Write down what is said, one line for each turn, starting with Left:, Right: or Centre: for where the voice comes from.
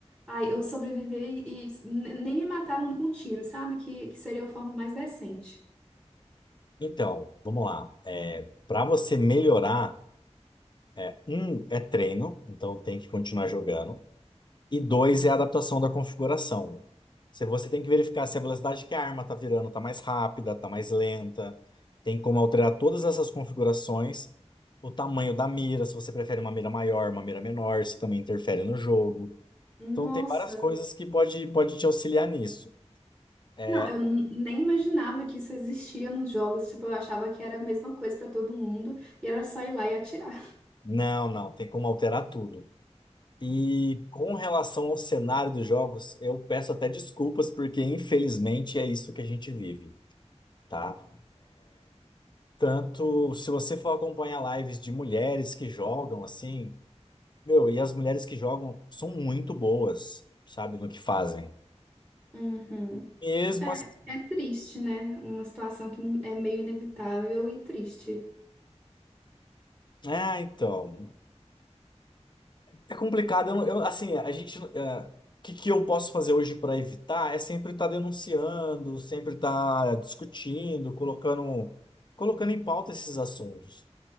Right: ai, eu sobrevivi e, e nem me mataram com um tiro, sabe? Que, que seria a forma mais decente.
Left: Então, vamos lá. É, para você melhorar, é, um é treino, então tem que continuar jogando. E dois é a adaptação da configuração. Se você tem que verificar se a velocidade que a arma está virando está mais rápida, está mais lenta, tem como alterar todas essas configurações, o tamanho da mira, se você prefere uma mira maior, uma mira menor, isso também interfere no jogo.
Right: Nossa.
Left: Então tem várias coisas que pode, pode te auxiliar nisso. É,
Right: Não, eu n- nem imaginava que isso existia nos jogos. Tipo, eu achava que era a mesma coisa pra todo mundo e era só ir lá e atirar.
Left: Não, não, tem como alterar tudo. E com relação ao cenário dos jogos, eu peço até desculpas, porque infelizmente é isso que a gente vive, tá? Tanto se você for acompanhar lives de mulheres que jogam assim, meu, e as mulheres que jogam são muito boas, sabe, no que fazem.
Right: Uhum.
Left: Mesmo assim,
Right: É, é triste, né? Uma situação que é meio inevitável e triste.
Left: é, então, é complicado. Eu, eu, assim, a gente, é, o que que eu posso fazer hoje para evitar é sempre estar denunciando, sempre estar discutindo, colocando, colocando em pauta esses assuntos.